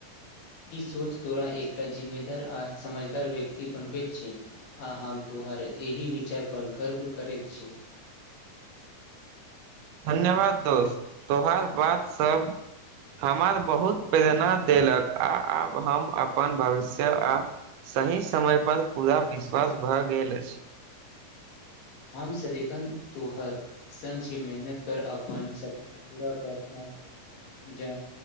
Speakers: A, on the left (about 75°); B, on the right (about 80°).
A: ई सोच तोरा एकटा जिम्मेदार आ समझदार व्यक्ति बनबैत छै आ हम तोहर एहि विचारपर गर्व करैत छी
B: धन्यवाद दोस्त तोहार बात सब हमरा बहुत प्रेरणा देलक आ आब हम अपन भविष्य आ सही समय पर पूरा विश्वास भए गेल अछि
A: हम सदिखन तोहर संग छीे मेहनत कर कर अपन सपना पूरा कर जा